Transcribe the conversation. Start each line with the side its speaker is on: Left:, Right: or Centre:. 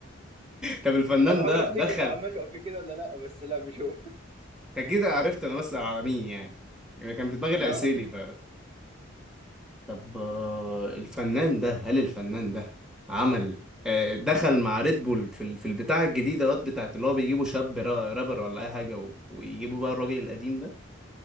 Centre: طب الفنان
Right: أنا بحاول
Centre: ده
Right: افتكر
Centre: دخل
Right: هو عمل له قبل كده ولا لا بس لا مش هو <laughs>
Centre: انت كده عرفت انا بسأل على مين يعني يعني كان في دماغي العسيلي
Right: لا
Centre: ف طب آه، الفنان ده هل الفنان ده عمل آه، دخل مع ريد بول في ال- في البتاع الجديدة دوت بتاعت اللي هو بيجيبوا شاب را- رابر ولا اي حاجة و- ويجيبوا بقى الراجل القديم ده